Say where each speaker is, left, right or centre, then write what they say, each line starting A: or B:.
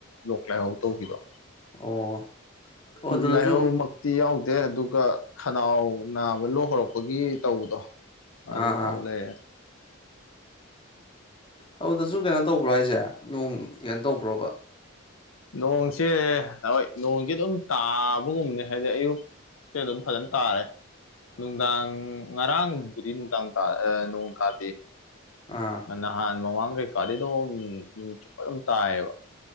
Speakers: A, on the left (about 75°); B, on the left (about 25°).
A: ꯂꯣꯛ ꯂꯥꯏꯍꯧ ꯇꯧꯕꯤꯗꯣ
B: ꯑꯣ ꯑꯣ ꯑꯗꯨꯗꯁꯨ
A: ꯂꯥꯏꯍꯧ ꯃꯛ ꯇꯤ ꯌꯥꯎꯗꯦ ꯑꯗꯨꯒ ꯈꯅꯥꯎ ꯅꯥꯕ ꯂꯣꯛ ꯍꯧꯔꯛꯄꯒꯤ ꯇꯧꯕꯗꯣ ꯑꯗꯨ
B: ꯑꯥ
A: ꯇꯧ
B: ꯑꯥ
A: ꯂꯩꯔꯦ
B: ꯑꯣ ꯑꯗꯨꯗꯁꯨ ꯀꯩꯅꯣ ꯇꯧꯕ꯭ꯔꯥ ꯍꯥꯏꯁꯦ ꯅꯣꯡ ꯀꯩꯅꯣ ꯇꯧꯕ꯭ꯔꯣꯕ
A: ꯅꯣꯡꯁꯦ ꯍꯣꯏ ꯅꯣꯡꯖꯦ ꯑꯗꯨꯝ ꯇꯥꯕꯒꯨꯝꯅꯦ ꯍꯥꯏꯗꯤ ꯑꯌꯨꯛ ꯁꯦ ꯑꯗꯨꯝ ꯐꯖꯅ ꯇꯥꯔꯦ ꯅꯨꯡꯗꯥꯡ ꯉꯔꯥꯡꯕꯨꯗꯤ ꯅꯨꯡꯗꯥꯡ ꯇꯥ ꯑꯥ ꯅꯣꯡ ꯇꯥꯗꯦ
B: ꯑꯥ
A: ꯅꯍꯥꯟ ꯃꯃꯥꯡ ꯀꯩ ꯀꯥꯗꯤ ꯑꯗꯨꯝ ꯅꯨꯃꯤꯠ ꯆꯨꯞꯄ ꯑꯗꯨꯝ ꯇꯥꯏꯌꯦꯕ